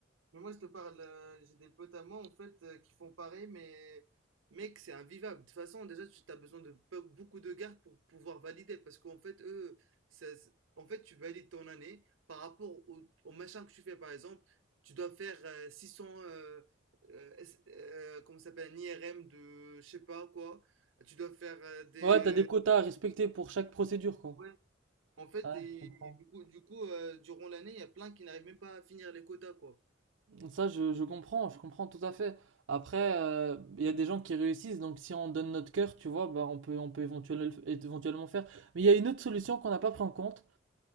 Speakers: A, on the right; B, on the right.
A: Mais moi, je te parle, euh, j'ai des potes à moi, en fait, euh, qui font pareil, mais mec, c'est invivable. De toute façon, déjà, tu as besoin de pe- beaucoup de gardes pour pouvoir valider, parce qu'en fait, eux, ça se- en fait, tu valides ton année par rapport au, au machin que tu fais, par exemple, tu dois faire euh, 600 euh, euh, S- euh, comment ça s'appelle, un IRM de, je sais pas quoi, tu dois faire euh, des...
B: Ouais, t'as des quotas à respecter pour chaque procédure, quoi.
A: Ouais. En fait,
B: Ouais,
A: et,
B: je comprends.
A: et du coup, du coup euh, durant l'année, il y a plein qui n'arrivent même pas à finir les quotas, quoi.
B: Ça, je, je comprends, je comprends tout à fait. Après, euh, il y a des gens qui réussissent, donc si on donne notre cœur, tu vois, bah, on peut, on peut éventuellement, éventuellement faire. Mais il y a une autre solution qu'on n'a pas pris en compte,